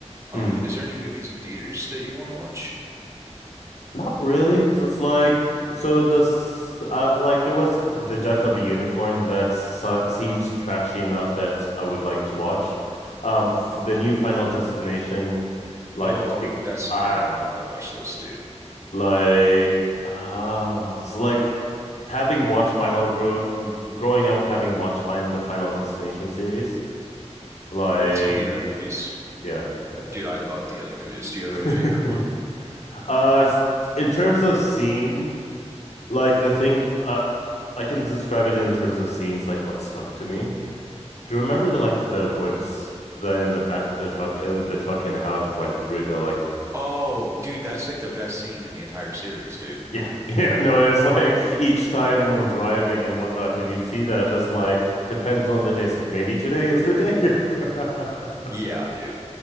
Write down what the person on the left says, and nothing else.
Hmm.
Not really. So It's like so this uh, like there was th- the death of a unicorn that si seemed trashy enough that I would like to watch. Um f the new Final
Destination like
bec-
I
like ah it's like having watched Final growing growing up having watched fin the Final Destination series Like,
yeah, yeah.
<laughs>
Uh, s- in terms of scene, like the thing, uh, I can describe it in terms of scenes, like what stuck to me. Do you remember the like the woods, the in the back of the truck, in the truck, and how it went through the like,
yeah, <laughs> yeah. No, it's like each time when driving and whatnot, and you see that it's like depends on the day. It's like maybe today is the day. <laughs>